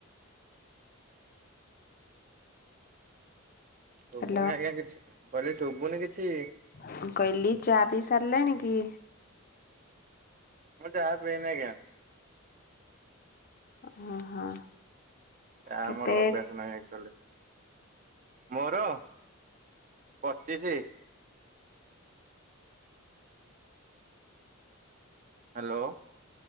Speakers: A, on the right; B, on the left.
A: ଶୁଭୁନି
B: Hello
A: ଆଜ୍ଞା କିଛି। କହିଲି ଶୁଭୁନି କିଛି।
B: ମୁଁ କହିଲି ଚା ପିଇ ସାରିଲେଣି କି?
A: ମୁଁ ଚାହା ପିଏନି ଆଜ୍ଞା।
B: ଅ ହଁ।
A: ଚା
B: କେତେ
A: ଆମର ଅଭ୍ୟାସ ନାହିଁ ଆକ୍ଚୁଆଲି। ମୋର ପଚିଶି। ହ୍ୟାଲୋ।